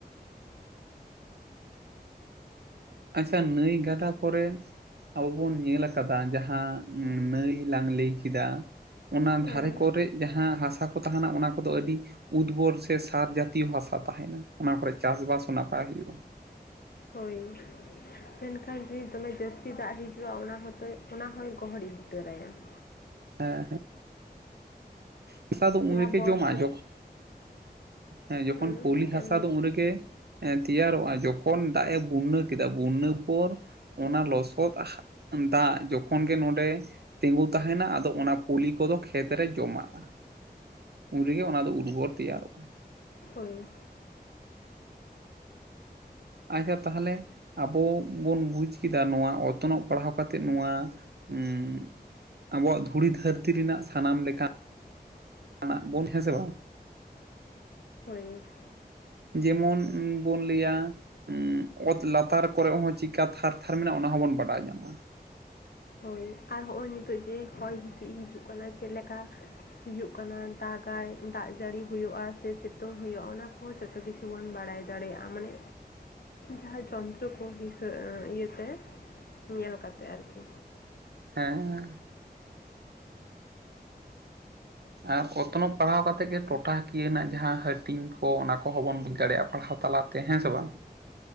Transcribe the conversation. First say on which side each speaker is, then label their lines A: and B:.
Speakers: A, on the right; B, on the left.
A: ᱟᱪᱪᱷᱟ ᱱᱟᱹᱭ ᱜᱟᱰᱟ ᱠᱚᱨᱮ ᱟᱵᱚ ᱵᱚᱱ ᱧᱮᱞ ᱠᱟᱫᱟ ᱡᱟᱦᱟᱸ ᱱᱟᱹᱭ ᱞᱟᱝ ᱞᱟᱹᱭ ᱠᱮᱫᱟ ᱚᱱᱟ ᱫᱷᱟᱨᱮ
B: ᱦᱮᱸ
A: ᱠᱚᱨᱮ ᱡᱟᱦᱟᱸ ᱦᱟᱥᱟ ᱠᱚ ᱛᱟᱦᱮᱱᱟ ᱚᱱᱟ ᱠᱚᱫᱚ ᱟᱹᱰᱤ ᱩᱫᱽᱵᱚᱨ ᱥᱮ ᱥᱟᱨ ᱡᱟᱛᱤᱭᱚ ᱦᱟᱥᱟ ᱛᱟᱦᱮᱱᱟ ᱚᱱᱟ ᱠᱚᱨᱮ ᱪᱟᱥᱵᱟᱥ ᱦᱚᱸ ᱱᱟᱯᱟᱭ ᱦᱩᱭᱩᱜᱼᱟ ᱾
B: ᱦᱳᱭ, ᱢᱮᱱᱠᱷᱟᱱ ᱡᱩᱫᱤ ᱫᱚᱢᱮ ᱡᱟᱹᱥᱛᱤ ᱫᱟᱜ ᱦᱤ ᱡᱩᱜᱼᱟ ᱚᱱᱟ ᱦᱚᱛᱚᱭ ᱚᱱᱟ ᱦᱚᱭ ᱜᱚᱦᱚᱲ ᱤᱫᱤ ᱛᱚᱹᱨᱟᱭᱟ ᱾
A: ᱦᱮᱸ ᱦᱮᱸ ᱾ ᱦᱟᱥᱟ ᱫᱚ ᱩᱱ
B: ᱡᱟᱦᱟᱸ
A: ᱨᱮᱜᱮ
B: ᱵᱚᱨᱥᱟ
A: ᱡᱚᱢᱟ ᱡᱚᱠ ᱦᱮᱸ ᱡᱚᱠᱷᱚᱱ
B: ᱦᱩᱸ
A: ᱯᱚᱞᱤ
B: ᱪᱮᱫ
A: ᱦᱟᱥᱟ
B: ᱮᱢ ᱞᱟᱹᱭᱫᱟ
A: ᱫᱚ ᱩᱱ ᱨᱮᱜᱮ ᱮᱸ ᱛᱮᱭᱟᱨᱚᱜᱼᱟ ᱡᱚᱠᱷᱚᱱ ᱫᱟᱜ-ᱮ ᱵᱩᱱᱱᱟᱹ ᱠᱮᱫᱟ ᱵᱩᱱᱱᱟᱹ ᱯᱚᱨ ᱚᱱᱟ ᱞᱚᱥᱚᱫ ᱦᱟ ᱫᱟᱜ ᱡᱚᱠᱷᱚᱱ ᱜᱮ ᱱᱚᱸᱰᱮ ᱛᱤᱸᱜᱩ ᱛᱟᱦᱮᱱᱟ ᱟᱫᱚ ᱚᱱᱟ ᱯᱩᱞᱤ ᱠᱚᱫᱚ ᱠᱷᱮᱛ ᱨᱮ ᱡᱚᱢᱟᱜᱼᱟ, ᱩᱱ ᱨᱮᱜᱮ ᱚᱱᱟ ᱫᱚ ᱩᱨᱵᱚᱨ ᱛᱮᱭᱟᱨᱚᱜᱼᱟ ᱾
B: ᱦᱳᱭ ᱾
A: ᱟᱪᱪᱷᱟ ᱛᱟᱦᱚᱞᱮ ᱟᱵᱚ ᱵᱚᱱ ᱵᱩᱡᱽ ᱠᱮᱫᱟ ᱱᱚᱣᱟ ᱚᱛᱱᱚᱜ ᱯᱟᱲᱦᱟᱣ ᱠᱟᱛᱮᱫ ᱱᱚᱣᱟ ᱩᱸ ᱟᱵᱚᱣᱟᱜ ᱫᱷᱩᱲᱤ ᱫᱷᱟᱹᱨᱛᱤ ᱨᱮᱱᱟᱜ ᱥᱟᱱᱟᱢ ᱞᱮᱠᱟᱱ <unintelligible> ᱵᱚᱱ ᱦᱮᱸ ᱥᱮ ᱵᱟᱝ?
B: ᱦᱳᱭ ᱾
A: ᱡᱮᱢᱚᱱ ᱵᱚᱱ ᱞᱟᱹᱭᱟ ᱦᱩ ᱚᱛ ᱞᱟᱛᱟᱨ ᱠᱚᱨᱮᱜ ᱦᱚᱸ, ᱪᱤᱠᱟ ᱛᱷᱟᱨ ᱛᱷᱟᱨ ᱢᱮᱱᱟᱜᱼᱟ, ᱚᱱᱟ ᱦᱚᱸᱵᱚᱱ ᱵᱟᱰᱟᱭ ᱧᱟᱢᱟ᱾
B: ᱦᱳᱭ ᱟᱨ ᱦᱚᱸᱜᱼᱚᱭ ᱱᱤᱛᱚᱜ ᱡᱮ, ᱦᱚᱭ ᱦᱤᱸᱥᱤᱫ ᱦᱤᱡᱩᱜ ᱠᱟᱱᱟ ᱪᱮᱫ ᱞᱮᱠᱟ᱾ ᱦᱤᱡᱩᱜ ᱠᱟᱱᱟ, ᱫᱟᱜᱟᱭ ᱫᱟᱜ ᱡᱟᱹᱲᱤ ᱦᱳᱭᱳᱜᱼᱟ, ᱥᱮ ᱥᱤᱛᱩᱝ ᱦᱳᱭᱳᱜ ᱚᱱᱟ ᱠᱚ᱾ ᱡᱚᱛᱚ ᱠᱤᱪᱷᱩ ᱵᱚᱱ ᱵᱟᱲᱟᱭ ᱫᱟᱲᱮᱭᱟᱜᱼᱟ, ᱢᱟᱱᱮ ᱡᱟᱦᱟᱸ ᱡᱚᱱᱛᱨᱚ ᱠᱚ ᱦᱤᱥᱟᱹ, ᱤᱭᱟᱹᱛᱮ ᱧᱮᱞ ᱠᱟᱛᱮ ᱟᱨᱠᱤ᱾
A: ᱮᱦᱸ, ᱟᱨ ᱚᱛᱱᱚᱜ ᱯᱟᱲᱦᱟᱣ ᱠᱟᱛᱮᱫ ᱜᱮ, ᱴᱚᱴᱷᱟ ᱠᱤᱭᱟᱹ ᱨᱮᱱᱟᱜ ᱡᱟᱦᱟᱸ ᱦᱟᱹᱴᱤᱧ ᱠᱚ, ᱚᱱᱟ ᱠᱚᱦᱚᱸ ᱵᱚᱱ ᱵᱩᱡᱽ ᱫᱟᱲᱮᱭᱟᱜᱼᱟ, ᱯᱟᱲᱦᱟᱣ ᱛᱟᱞᱟ ᱛᱮ, ᱦᱮᱸ ᱥᱮ ᱵᱟᱝ᱾